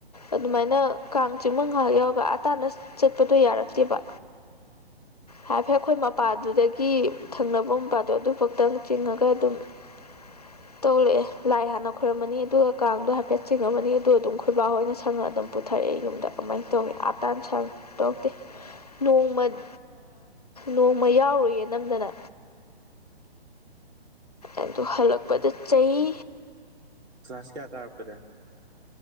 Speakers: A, on the left; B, on the right.
A: ꯑꯗꯨꯃꯥꯏꯅ ꯀꯥꯡ ꯆꯤꯡꯃ ꯉꯥꯏꯍꯥꯛ ꯌꯥꯎꯔꯒ ꯑꯥ ꯇꯥꯟꯅ ꯆꯠ__ ꯄꯗꯣ ꯌꯥꯔꯛꯇꯦꯕ ꯍꯥꯏꯐꯦꯠ ꯈꯣꯏ ꯃꯄꯥꯗꯨꯗꯒꯤ ꯊꯪꯅꯕ ꯃꯄꯥꯗꯣ ꯑꯗꯨ ꯐꯛꯇꯪ ꯆꯤꯡꯉꯒ ꯑꯗꯨꯝ <inaudible> ꯇꯣꯛꯂꯛꯑꯦ ꯂꯥꯏ ꯍꯥꯟꯅ ꯈꯣꯏꯔꯝꯃꯅꯤ ꯑꯗꯨꯒ ꯀꯥꯡꯗꯣ ꯍꯥꯏꯐꯦꯠ ꯆꯤꯡꯉꯃꯅꯤ ꯑꯗꯨꯒ ꯑꯗꯨꯝ ꯈꯣꯏꯕꯥ ꯍꯣꯏꯅ ꯁꯪꯉꯒ ꯑꯗꯨꯝ__ ꯄꯨꯊꯔꯛꯑꯦ ꯌꯨꯝꯗ ꯑꯃꯥꯏꯅ ꯇꯧꯋꯤ ꯑꯥꯇꯥꯟ ꯁꯟ ꯇꯧꯔꯛꯇꯦ ꯅꯣꯡꯃ ꯑꯠ ꯅꯣꯡꯃ ꯌꯥꯎꯔꯨꯌꯦ ꯅꯝꯗꯅ ꯑꯗꯨ ꯍꯜꯂꯛꯄꯗ ꯆꯩ
B: ꯀ꯭ꯂꯥꯁ ꯀꯌꯥ ꯀꯥꯔꯛꯄꯗ